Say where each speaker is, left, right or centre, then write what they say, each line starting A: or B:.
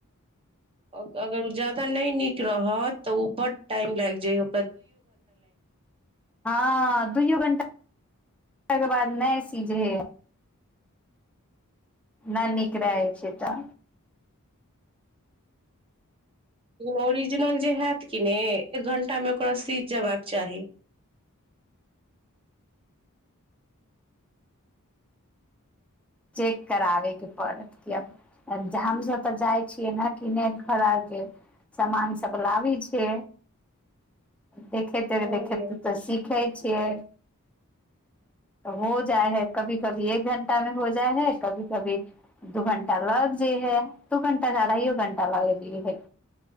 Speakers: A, on the right; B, in the centre.
A: ओ अगर ओ ज्यादा नहि नीक रहत तऽ ओ बड टाइम लि जाइय
B: हँ दुूयओ घण्टा तकर बाद नहि सीझ हइ न
A: जाय
B: नीक रहै छै तऽ
A: ओरिजिनल जे हयत कि ने एक घंटा मे ओकरा सीझ जेबाक चाही
B: चेक कराबयके पड़त किए हमसभ तऽ जाइ छियै ने किने घर आरके सामान चगलाबी छै देखेतै
A: हँ
B: देखेतै
A: यै
B: तऽ सीखैत छियै तऽ हो जाइ है कभी कभी एक घण्टा मे हो जा जा है कभी कभी दू घण्टा लग जे है दू घण्टा साढ़ाइयो घण्टा लग ज है